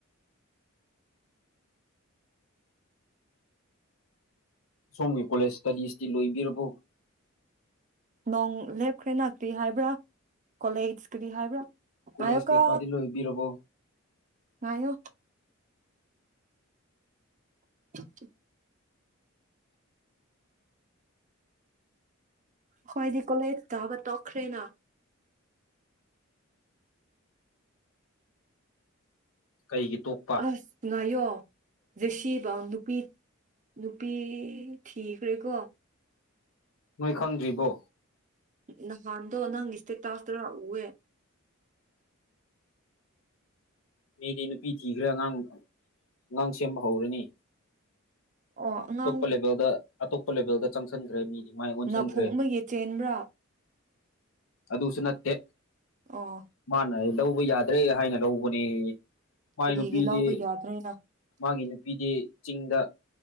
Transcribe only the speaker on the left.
ꯁꯣꯝꯒꯤ ꯀꯣꯂꯦꯖ ꯏꯁꯇꯗꯤꯁꯇꯤ ꯂꯣꯏꯕꯤꯔꯕꯣ
ꯀꯣꯂꯦꯖ
ꯀꯩꯀꯥꯗꯤ ꯂꯣꯏꯕꯤꯔꯕꯣ
ꯀꯔꯤꯒꯤ ꯇꯣꯛ
ꯅꯣꯏ ꯈꯪꯗ꯭ꯔꯤꯕꯣ
ꯑꯩꯗꯤ ꯅꯨꯄꯤ ꯊꯤꯈ꯭ꯔ ꯑꯉꯥꯡ ꯑꯉꯥꯡ ꯁꯦꯝꯕ ꯍꯧꯔꯅꯤ
ꯑꯇꯣꯞꯄ ꯂꯦꯚꯦꯜꯗ ꯑꯇꯣꯞꯄ ꯂꯦꯚꯦꯜꯗ ꯆꯪꯁꯤꯟꯈ꯭ꯔꯦ ꯃꯤꯗꯤ ꯃꯥꯏ ꯑꯣꯟꯁꯤꯟꯈ꯭ꯔꯦ
ꯑꯗꯨꯁꯨ ꯅꯠꯇꯦ
ꯃꯥꯅ ꯂꯧꯕ ꯌꯥꯗ꯭ꯔꯦ ꯍꯥꯏꯅ ꯂꯧꯕꯅꯦꯌꯦ ꯃꯥꯏ
ꯅꯨꯄꯤꯗꯤ
ꯃꯥꯒꯤ ꯅꯨꯄꯤꯗꯤ ꯆꯤꯡꯗ